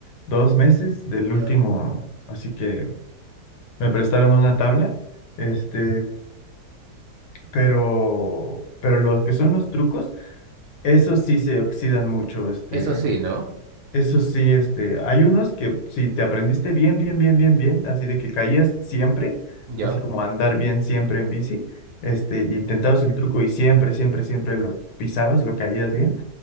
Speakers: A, on the left; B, on the right.
A: dos meses del
B: Ya.
A: último, así que me prestaron una tabla. Este, pero, pero los que son los trucos, esos sí se oxidan mucho, este,
B: Eso sí, ¿no?
A: esos sí, este, hay unos que si te aprendiste bien, bien, bien, bien, bien, así de que caías siempre,
B: Ya.
A: así como andar bien siempre en bici, este, intentabas el truco y siempre, siempre, siempre lo pisabas, lo caías bien,